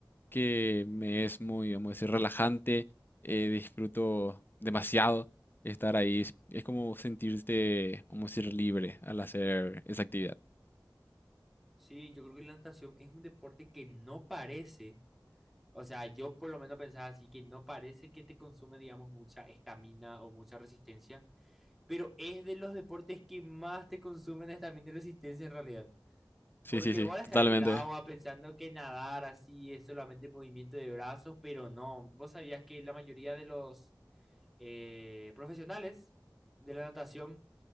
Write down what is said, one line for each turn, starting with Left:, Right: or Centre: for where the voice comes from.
Left: que me es muy, vamos a decir, relajante. eh, disfruto demasiado estar ahí. Es, es como sentirte, vamos a decir, libre al hacer esa actividad.
Centre: sí, yo creo que la natación es un deporte que no parece, o sea, yo por lo menos pensaba así, que no parece que te consume, digamos, mucha estamina o mucha resistencia pero es de los deportes que más te consumen es también y resistencia en realidad.
Left: Sí,
Centre: Porque
Left: sí, sí,
Centre: vos vas a
Left: totalmente.
Centre: estar en el agua pensando que nadar así es solamente movimiento de brazos, pero no. Vos sabías que la mayoría de los eh, profesionales de la natación